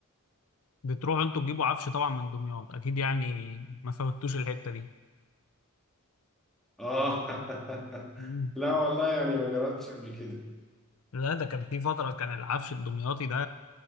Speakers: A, on the left; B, in the centre.
A: بتروحوا انتوا تجيبوا عفش طبعا من دمياط اكيد يعني ما فوتوش الحتة دي
B: آه <laughs>
A: مم.
B: لا والله يعني ما جربتش قبل كده
A: لا ده كان في فترة كان العفش الدمياطي ده